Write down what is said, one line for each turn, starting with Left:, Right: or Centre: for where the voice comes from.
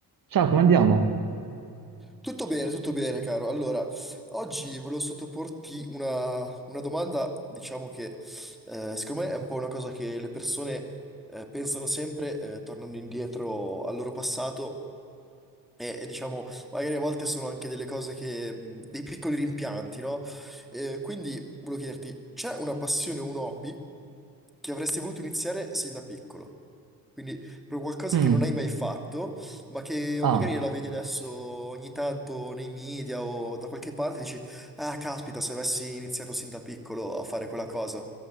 Right: Ciao, come andiamo?
Centre: Tutto bene, tutto bene, caro. Allora, oggi volevo sottoporti una, una domanda, diciamo che eh, secondo me è un po' una cosa che le persone eh, pensano sempre eh, tornando indietro al loro passato e e diciamo, magari a volte sono anche delle cose che, mh, dei piccoli rimpianti, no? Eh, quindi volevo chiederti, c'è una passione o un hobby che avresti voluto iniziare sin da piccolo? Quindi proprio qualcosa
Right: Mm.
Centre: che non hai mai fatto, ma che
Right: Ah,
Centre: magari la vedi adesso ogni tanto nei media o da qualche parte, dici, ah, caspita, se avessi iniziato sin da piccolo a fare quella cosa,